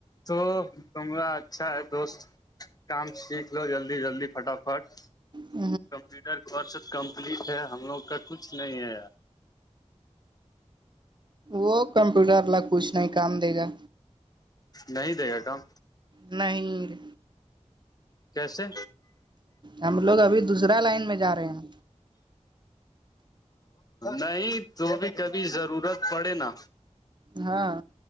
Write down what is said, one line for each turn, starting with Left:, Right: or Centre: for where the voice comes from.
Left: تو کمرہ اچھا ہے دوست کام سیکھ لو جلدی جلدی فٹافٹ
Right: ہ
Left: کمپیوٹرورس کمپلیٹ ہے ہم لوگ کا کچھ نہیں ہے یار
Right: وہ کمپیوٹر وال کچھ نہیں کام دے گا
Left: نہیں دے گا کام
Right: نہیں
Left: کیسے
Right: ہم لوگ ابھی دوسرا لائن میں جا رہے ہیں
Left: نہیں تو بھی کبھی ضرورت پڑے نا
Right: ہاں